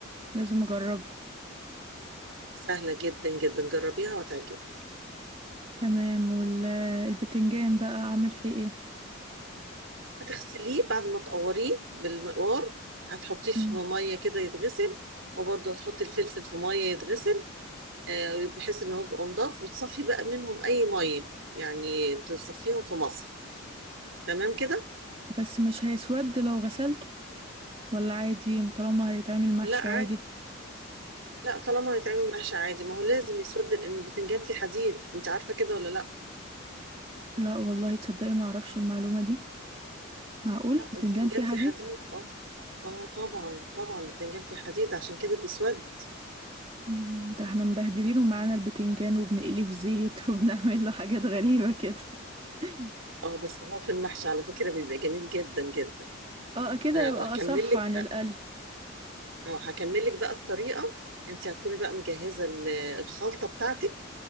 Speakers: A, on the right; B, on the right.
A: لازم اجربها
B: سهلة جدا جدا جربيها وهتعجبك
A: تمام والبتنجان بقى اعمل فيه ايه؟
B: هتغسليه بعد ما تقوريه بالمقوار هتحطيه في
A: مم.
B: مية كده يتغسل وبرضه هتحطي الفلفل في مية يتغسل آه، بحيث ان هو يبقى نضاف وتصفي بقى منهم اي مية يعني تصفيهم في مصر تمام كده؟
A: بس مش هيسود لو غسلته ولا عادي طالما هيتعمل محشي
B: لا عادي
A: عادي
B: لا طالما هيتعمل محشي عادي ما هو لازم يسود لان البتنجان فيه حديد انت عارفة كده ولا لا؟
A: لا والله تصدقي ما اعرفش المعلومة دي معقول
B: لا
A: بتنجان
B: البتنجان
A: فيه
B: فيه
A: حديد
B: حديد اه اه طبعا طبعا البتنجان فيه حديد عشان كده بيسود
A: مم، ده احنا مبهدلينه معانا البتنجان وبنقليه في زيت <laughs> وبنعمل له حاجات غريبة كده <laughs>
B: اه بس هو في المحشي على فكرة بيبقى جميل جدا جدا
A: اه كده
B: آه،
A: يبقى
B: هكمل
A: اصح
B: لك
A: عن
B: بقى
A: القلي
B: اه هكمل لك بقى الطريقه انت هتكوني بقى مجهزه ال- الخلطه بتاعتك